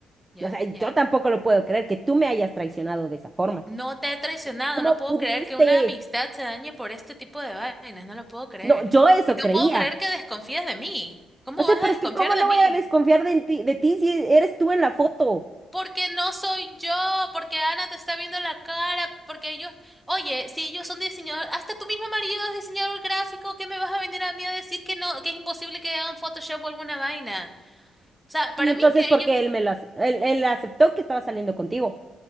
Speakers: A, in the centre; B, on the right (about 20°).
A: Ya,
B: O sea, yo
A: ya.
B: tampoco lo puedo creer que tú me hayas traicionado de esa forma.
A: No te he traicionado,
B: ¿Cómo
A: no puedo
B: pudiste?
A: creer que una amistad se dañe por este tipo de vainas, no lo puedo creer.
B: No, yo eso
A: Y no
B: creía.
A: puedo creer que desconfíes de mí. ¿Cómo
B: O sea,
A: vas
B: pero
A: a desconfiar
B: es que ¿cómo
A: de
B: no
A: mí?
B: voy a desconfiar de ti, de ti si eres tú en la foto?
A: Porque no soy yo, porque Ana te está viendo la cara, porque ellos, oye, si ellos son diseñadores, hasta tu mismo marido es diseñador gráfico, ¿qué me vas a venir a mí a decir que no, que es imposible que hagan Photoshop o alguna vaina? O sea, para
B: Y entonces,
A: mí que
B: ¿por
A: ellos,
B: qué él me lo, ac- él él aceptó que estaba saliendo contigo?